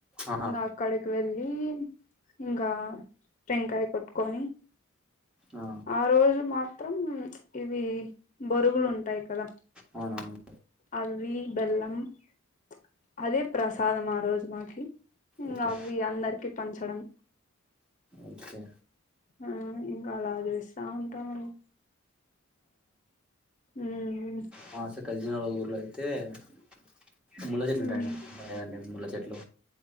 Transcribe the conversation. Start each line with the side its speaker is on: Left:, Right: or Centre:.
Centre: ఆహా
Left: ఇంగ అక్కడికి వెళ్ళి ఇంకా టెనకై కొట్టుకొని
Centre: ఆ
Left: ఆరోజు మ మాత్రం ఇవి బరుగులు ఉంటాయి కద
Centre: అవునవును
Left: అవి బెల్లం ప్చ్ అదే ప్రసాదం ఆ రోజు మాకి హ్మ్
Centre: ఓకే
Left: అవి అందరికి పంచడం
Centre: ఓకే
Left: ఆ ఇంగ అలా చేస్త ఉంటాం మ ఉ ఉ
Centre: మాస కజనాల ఊరులో అయితే అయితే ముళ్ల చెట్లు
Left: ఉమ్
Centre: ఉంటాయండి ఉంటాయండి ముళ్ల చెట్లు